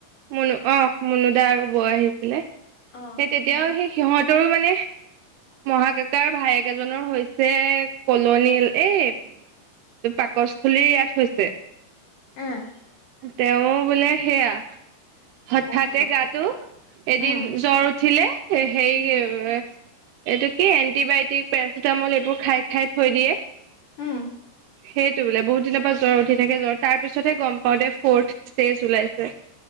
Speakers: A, on the right (about 80°); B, on the left (about 60°).
A: মনো অ মুনুদা আৰু বৌ আহিছিলে
B: অ',
A: সেই তেতিয়াও সেই সিঁহত তৰো মানে মহাকাক ভাইেক এজনৰ হৈ যে কলনী এই পাকস্থলীৰ ইয়াত হৈছে
B: অহ
A: তেওঁ বোলে সেয়া হঠাতে
B: অহ,
A: গাটো
B: উম,
A: এদিন জ্বৰ উঠিলে সেই
B: উম,
A: এইটো কি এণ্টিবায়টিক পেৰাচিটামল এই বোৰ খাই খাই থৈ দিয়ে
B: উম।
A: সেইটো বোলে বহুত দিনৰ পৰা জ্বৰ উঠি থাকে জ্বৰ তাৰ পিছতহে গম পাও দে ফৰ্থ ষ্টেজ ওলাইছে